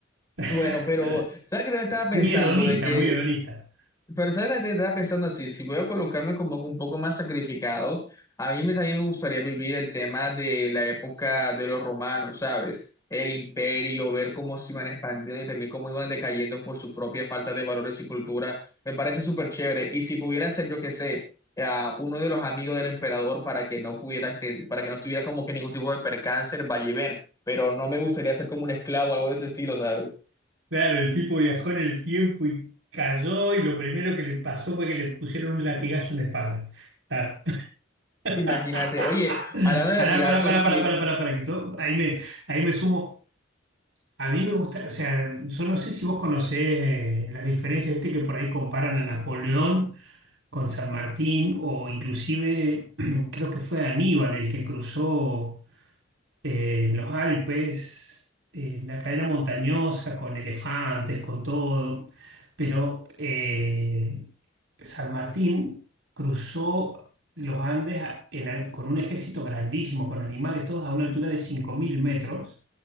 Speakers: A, on the right; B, on the left.
A: <laughs>
B: Bueno, pero ¿sabes qué te estaba pensando?
A: Muy hedonista,
B: De que
A: muy hedonista.
B: Pero sabes, Ahorita estaba pensando así, si voy a colocarme como un poco más sacrificado, a mí me, también me gustaría vivir el tema de la época de los romanos, ¿sabes? El imperio, ver cómo se iban expandiendo y también cómo iban decayendo por su propia falta de valores y cultura, me parece súper chévere. Y si pudiera ser, yo qué sé, eh, uno de los amigos del emperador para que no pudiera, te- para que no estuviera como que ningún tipo de percance, vaya y ven, pero no me gustaría ser como un esclavo, algo de ese estilo, ¿sabes?
A: Claro, el tipo viajó en el tiempo y cayó y lo primero que le pasó fue que le pusieron un latigazo en la espalda. Claro.
B: Imagínate,
A: <laughs>
B: oye, hablando de
A: Pará,
B: latigazos,
A: pará, pará, pará,
B: y-
A: pará, pará, pará, que yo ahí me, ahí me sumo. A mí me gusta, o sea, yo no sé si vos conocés eh, las diferencias, viste que por ahí comparan a Napoleón con San Martín o inclusive <clears throat> creo que fue Aníbal el que cruzó eh, los Alpes, eh, la cadena montañosa con elefantes, con todo, pero eh, San Martín cruzó los Andes a- en al- con un ejército grandísimo, con animales todos a una altura de 5.000 metros